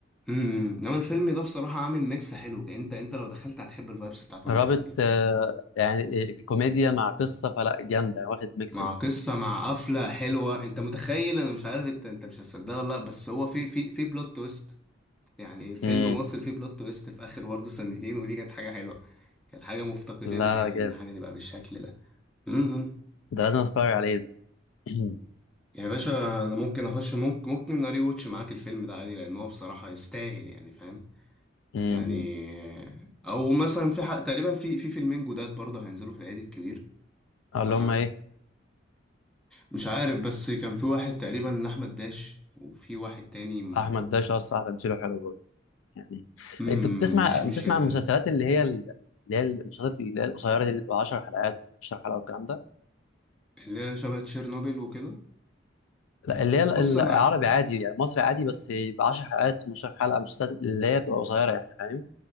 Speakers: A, in the centre; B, on the left.
A: امم انما الفيلم ده بصراحه عامل ميكس حلو انت انت لو دخلت هتحب الفايبس بتاعته
B: رابط
A: جدا جدا
B: آه يعني في كوميديا مع قصه فلا جامده يعني واخد ميكس
A: مع قصة مع قفلة حلوة انت متخيل انا مش عارف انت انت مش هتصدقها ولا لا بس هو في في في بلوت تويست يعني فيلم
B: امم
A: مصري فيه بلوت تويست في اخر برضه سنتين ودي كانت حاجة حلوة كانت حاجة مفتقدينها
B: لا
A: يعني
B: لا جامد
A: ان حاجة تبقى بالشكل ده امم
B: ده لازم اتفرج عليه ده <clears throat>
A: يا باشا انا ممكن اخش ممكن ممكن اري واتش معاك الفيلم ده عادي لان هو بصراحة يستاهل يعني فاهم
B: امم
A: يعني او مثلا في حق تقريبا في في فيلمين جداد برضه هينزلوا في العيد الكبير
B: اللي
A: ف
B: هم ايه
A: مش عارف بس كان في واحد تقريبا احمد داش وفي واحد تاني م...
B: احمد داش اصلا تمثيله حلو برضه يعني
A: مم،
B: انت بتسمع
A: مش مش
B: بتسمع
A: ال...
B: المسلسلات اللي هي ال- اللي هي المسلسلات اللي هي القصيره دي اللي بتبقى 10 حلقات 15 حلقه والكلام ده
A: اللي هي شبه تشيرنوبل وكده
B: لا اللي هي ال-
A: بص انا
B: العربي
A: اه
B: عادي يعني مصري عادي بس يبقى 10 حلقات 15 حلقه مسلسلات اللي هي بتبقى قصيره يعني فاهم